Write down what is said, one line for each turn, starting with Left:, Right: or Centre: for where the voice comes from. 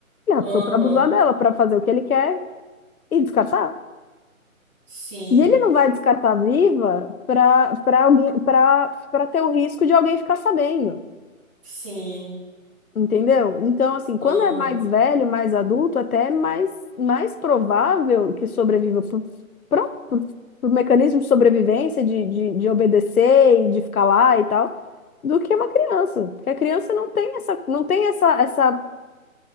Left: Ele raptou
Right: Aham.
Left: pra abusar dela, pra fazer o que ele quer e descartar.
Right: Sim.
Left: E ele não vai descartar viva pra, pra alguém, pra, pra ter o risco de alguém ficar sabendo.
Right: Sim.
Left: Entendeu? Então, assim, quando
Right: Aham.
Left: é mais velho, mais adulto, até é mais, mais provável que sobreviva por, pronto, por, por mecanismo de sobrevivência, de, de, de obedecer e de ficar lá e tal, do que uma criança. Porque a criança não tem essa, não tem essa, essa,